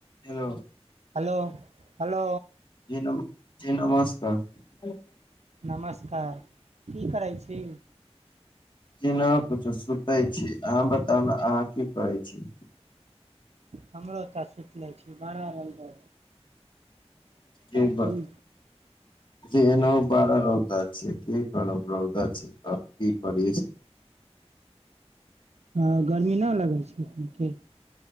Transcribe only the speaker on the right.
hello hello
नमस्कार की करै छी
हमरो तऽ सुति लै छी बड़ा रौदा
<unintelligible>
हाँ गर्मी ना लगै छै एनख की